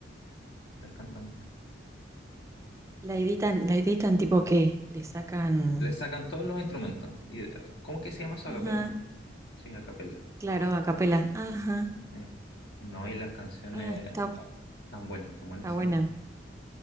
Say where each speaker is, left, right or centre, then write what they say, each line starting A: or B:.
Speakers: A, on the left (about 60°); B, on the right (about 15°).
A: del cantante.
B: La editan, la editan tipo que le sacan.
A: Le sacan todos los instrumentos. Y, eh, ¿cómo es que se llama eso? ¿A
B: Ajá,
A: capela? Sí, a capela.
B: claro, a capela. Ajá.
A: Sí. No, y las canciones
B: Ah, está,
A: ah, tan buenas, tan buenas,
B: está
A: sí.
B: buena.